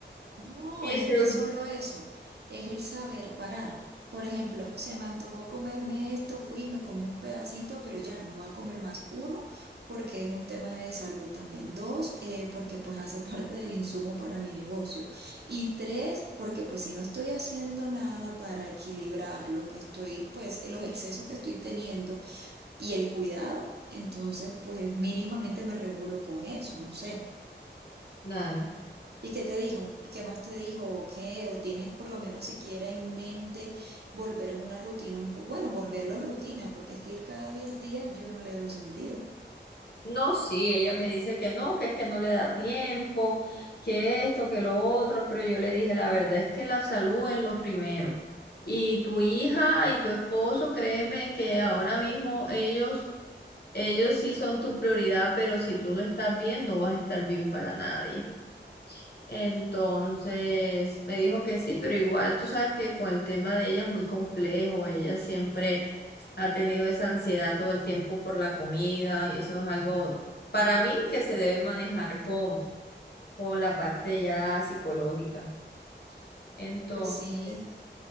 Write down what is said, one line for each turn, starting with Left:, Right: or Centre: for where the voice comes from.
Right: No,
Left: Y
Right: y
Left: eso
Right: no es solo eso, es el saber parar. Por ejemplo, se me antojó comerme esto, fui, me comí un pedacito, pero ya no voy a comer más. Uno, porque es un tema de salud también. Dos, eh, porque pues hace parte del insumo para mi negocio. Y tres, porque pues si no estoy haciendo nada para equilibrar lo que estoy, pues los excesos que estoy teniendo y el cuidado, entonces pues mínimamente me regulo con eso, no sé.
Left: claro.
Right: ¿Y qué te dijo? ¿Y qué más te dijo? ¿O qué? ¿O tienes por lo menos siquiera en mente volver a una rutina un poco? Bueno, volverlo rutina, porque es que ir cada diez días yo no le veo sentido.
Left: No, sí, ella me dice que no, que es que no le da tiempo, que esto, que lo otro, pero yo le dije, la verdad es que la salud es lo primero. Y tu hija y tu esposo, créeme que ahora mismo ellos, ellos sí son tu prioridad, pero si tú no estás bien, no vas a estar bien para nadie. Entonces me dijo que sí, pero igual tú sabes que con el tema de ella es muy complejo. Ella siempre ha tenido esa ansiedad todo el tiempo por la comida y eso es algo para mí que se debe manejar con, con la parte ya psicológica. Entonces,
Right: Pues sí.